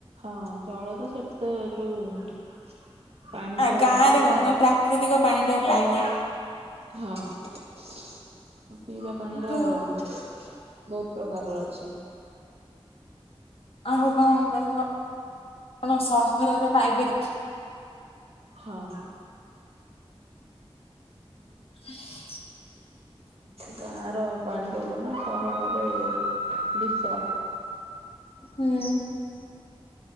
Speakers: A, on the right (about 75°); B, on the left (about 65°).
A: ହଁ ଜଳ ତ ସେଠିତ ଯୋଉ ପାଣି
B: ଆ
A: ତ
B: ଗାଁ
A: ପୁରା
B: ରେ କଣ ତମ ପ୍ରାକୃତିକ ପାଣି ଟା ପାଇବ।
A: ହଁ ପିଇବା ପାଣିର
B: କିନ୍ତୁ
A: ବହୁତ ପ୍ରକାରର ଅଛି।
B: ଆଉ କଣ ତମେ କ କଣ ସହରରେ ପାଇପାରିବ?
A: ହଁ।
B: <inaudible>
A: ଗାଁର ପାଣି ପବନ ସହରରେ ବିଷ।
B: ହୁଁ